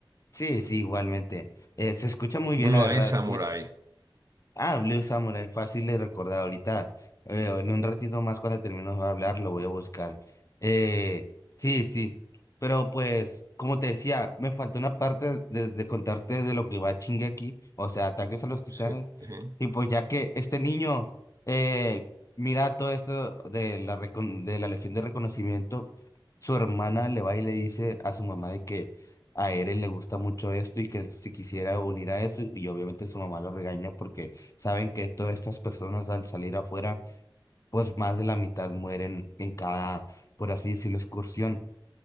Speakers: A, on the left; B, on the right.
A: sí, sí, igualmente. Eh, se escucha muy
B: Blue
A: bien, la verdad.
B: Eye Samurai.
A: Ah, Blue Samurai, fácil de recordar ahorita. eh, en un ratito más cuando terminemos de hablar lo voy a buscar. Eh, sí, sí. Pero pues, como te decía, me faltó una parte de, de contarte de lo que va chingue aquí, o sea, ataques a los titanes.
B: Sí, sí.
A: Y pues ya que este niño eh, mira todo esto de la, recon- de la Legión de Reconocimiento, su hermana le va y le dice a su mamá de que a Eren le gusta mucho esto y que si quisiera unir a eso, y obviamente su mamá lo regaña porque Saben que todas estas personas al salir afuera, pues más de la mitad mueren en cada, por así decirlo, excursión.